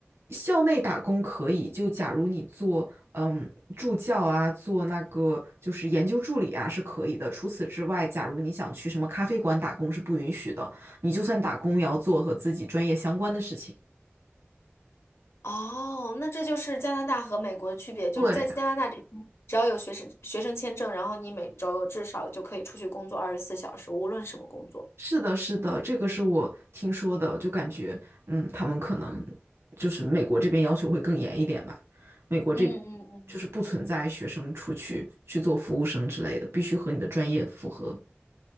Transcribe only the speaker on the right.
校内打工可以，就假如你做嗯助教啊，做那个就是研究助理啊是可以的。除此之外，假如你想去什么咖啡馆打工是不允许的，你就算打工也要做和自己专业相关的事情。
对，
是的，是的，这个是我听说的，就感觉嗯，他们可能就是美国这边要求会更严一点吧。美国这边就是不存在学生出去去做服务生之类的，
必须和你的专业符合。